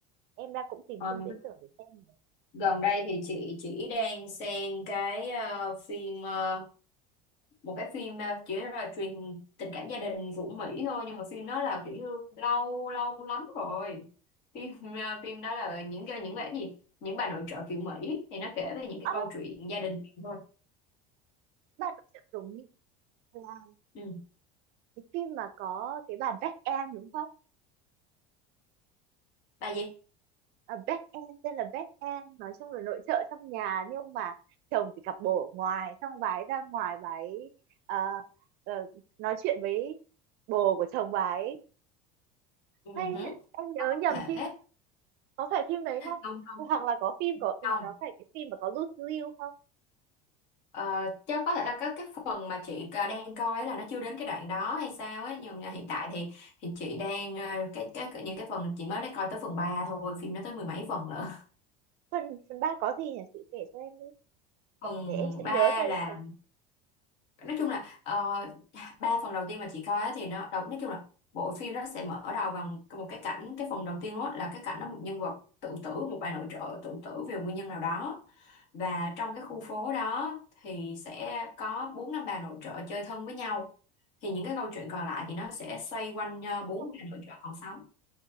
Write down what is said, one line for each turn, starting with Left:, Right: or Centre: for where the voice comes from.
Right: em đang cũng tìm
Left: Ờ,
Right: phim viễn tưởng để xem này.
Left: gần đây thì chị chỉ đang xem cái ờ, phim ờ, một cái phim ờ, chỉ là truyền tình cảm gia đình của Mỹ thôi nhưng mà phim đó là kiểu như lâu lâu lắm rồi phim ờ, phim đó là những cái những cái gì những bà nội trợ kiểu Mỹ thì nó kể về những cái
Right: à,
Left: câu chuyện gia đình thôi
Right: bạn sẽ đúng là
Left: ừ.
Right: cái phim mà có cái bà Jack Anne đúng không
Left: bà gì
Right: à, back end tên là back end nói chung là nội trợ trong nhà nhưng mà chồng thì cặp bồ ở ngoài xong bà ấy ra ngoài bà ấy ờ, ờ, nói chuyện với bồ của chồng bà ấy
Left: ừ.
Right: hay
Left: hứ.
Right: em nhớ
Left: có
Right: nhầm
Left: thể
Right: phim có phải phim đấy không
Left: không không
Right: hoặc là có phim có
Left: không
Right: có phải cái phim mà có Lucy Liu không
Left: Ờ, chắc có thể là cái cái phần mà chị à, đang coi là nó chưa đến cái đoạn đó hay sao ấy nhưng mà hiện tại thì thì chị đang à, cái cái những cái phần chị mới đã coi tới phần 3 thôi phim nó tới mười mấy phần lận <laughs>
Right: phần phần ba có gì nhỉ chị kể cho em đi
Left: phần
Right: để em sẽ
Left: 3
Right: nhớ xem
Left: là
Right: em có
Left: nói chung là ờ, ba phần đầu tiên mà chị coi á thì nó đầu nói chung là bộ phim nó sẽ mở đầu bằng một cái cảnh cái phần đầu tiên đó là cái cảnh đó một nhân vật tự tử một bà nội trợ tự tử vì nguyên nhân nào đó và trong cái khu phố đó thì sẽ có bốn năm bà nội trợ chơi thân với nhau thì những cái câu chuyện còn lại thì nó sẽ xoay quanh ờ, bốn
Right: oh,
Left: bà nội trợ còn sống